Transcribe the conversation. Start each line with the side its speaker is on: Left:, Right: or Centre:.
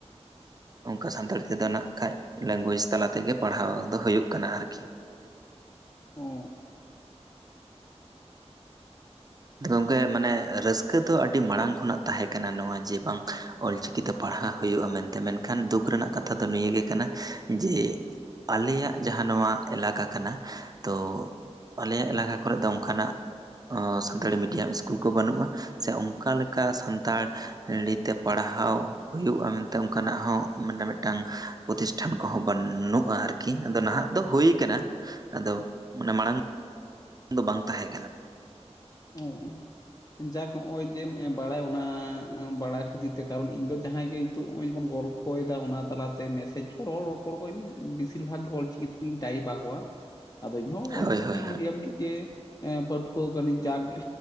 Right: ᱚᱱᱠᱟ ᱥᱟᱱᱛᱟᱲᱤ ᱛᱮᱫᱚ ᱱᱟᱜ ᱠᱷᱟᱱᱡ ᱞᱮᱝᱜᱩᱭᱮᱡᱽ ᱛᱟᱞᱟ ᱛᱮᱜᱮ ᱯᱟᱲᱦᱟᱣ ᱫᱚ ᱦᱩᱭᱩᱜ ᱠᱟᱱᱟ ᱟᱨᱠᱤ
Left: ᱚ
Right: ᱜᱚᱝᱠᱮ ᱢᱟᱱᱮ ᱨᱟᱹᱥᱠᱟᱹ ᱫᱚ ᱟᱹᱰᱤ ᱢᱟᱲᱟᱝ ᱠᱷᱚᱱᱟᱜ ᱛᱟᱦᱮᱸ ᱠᱟᱱᱟ ᱱᱚᱣᱟ ᱡᱮ ᱵᱟᱝ ᱚᱞᱪᱤᱠᱤᱛᱮ ᱯᱟᱲᱦᱟᱣ ᱦᱩᱭᱩᱜᱼᱟ ᱢᱮᱱᱛᱮ ᱢᱮᱱᱠᱷᱟᱱ ᱫᱩᱠ ᱨᱮᱱᱟᱜ ᱠᱟᱛᱷᱟ ᱫᱚ ᱱᱤᱭᱮ ᱠᱟᱱᱟ ᱡᱮ ᱟᱞᱮᱭᱟᱜ ᱡᱟᱦᱟᱸ ᱱᱚᱣᱟ ᱮᱞᱟᱠᱟ ᱠᱟᱱᱟ ᱛᱚ ᱟᱞᱮᱭᱟᱜ ᱮᱞᱟᱠᱟ ᱠᱚᱨᱮᱫ ᱫᱚ ᱚᱱᱠᱟᱱᱟᱜ ᱥᱟᱱᱛᱟᱲᱤ ᱢᱤᱰᱤᱭᱟᱢ ᱥᱠᱩᱞ ᱠᱚ ᱵᱟᱹᱱᱩᱜᱼᱟ᱾ ᱥᱮ ᱚᱱᱠᱟ ᱞᱮᱠᱟ ᱥᱟᱱᱛᱟᱲᱤᱛᱮ ᱯᱟᱲᱦᱟᱣ ᱦᱩᱭᱩᱜᱼᱟ ᱢᱮᱱᱛᱮ ᱚᱱᱠᱟᱱᱟᱜ ᱦᱚᱸ ᱢᱟᱱᱮ ᱢᱤᱫᱴᱟᱝ ᱯᱨᱚᱛᱤᱥᱴᱷᱟᱱ ᱠᱚᱦᱚᱸ ᱵᱟᱹᱱᱩᱜᱼᱟ ᱟᱨᱠᱤ ᱟᱫᱚ ᱱᱟᱦᱟᱜ ᱫᱚ ᱦᱩᱭ ᱟᱠᱟᱱᱟ ᱟᱫᱚ ᱢᱟᱱᱮ ᱢᱟᱲᱟᱝ ᱫᱚ ᱵᱟᱝ ᱛᱟᱦᱮᱸ ᱠᱟᱱᱟ
Left: ᱚ ᱡᱟᱠ ᱱᱚᱜᱼᱚᱭ ᱡᱮᱢ ᱵᱟᱲᱟᱭᱟ ᱚᱱᱟ ᱵᱟᱲᱟᱭ ᱠᱷᱟᱹᱛᱤᱨ ᱛᱮ ᱠᱟᱨᱚᱱ ᱤᱧ ᱫᱚ ᱡᱟᱦᱟᱸᱭ ᱜᱮ ᱱᱤᱛᱚᱜ ᱱᱚᱜᱼᱚᱭ ᱡᱮᱢᱚᱱ ᱜᱚᱞᱼᱼ ᱯᱚᱭ ᱫᱟ ᱚᱱᱟ ᱛᱟᱞᱟᱛᱮ ᱢᱮᱥᱮᱡᱽ ᱨᱚᱲ ᱨᱚᱯᱚᱲ ᱠᱚᱧ ᱵᱮᱥᱤᱨ ᱵᱷᱟᱜᱽ ᱜᱮ ᱚᱞᱪᱤᱠᱤ ᱛᱮᱜᱤᱧ ᱴᱟᱭᱤᱯ ᱟᱠᱚᱣᱟ᱾ ᱟᱫᱚ ᱤᱧ ᱦᱚᱸ ᱚᱞᱪᱤᱠᱤ
Right: ᱦᱳᱭ ᱦᱳᱭ ᱦᱳᱭ
Left: ᱢᱤᱰᱤᱭᱟᱢ ᱨᱤᱱᱤᱡ ᱜᱮ ᱯᱟᱹᱴᱷᱩᱣᱟᱹ ᱠᱟᱹᱱᱟᱹᱧ ᱡᱟᱠᱼᱼ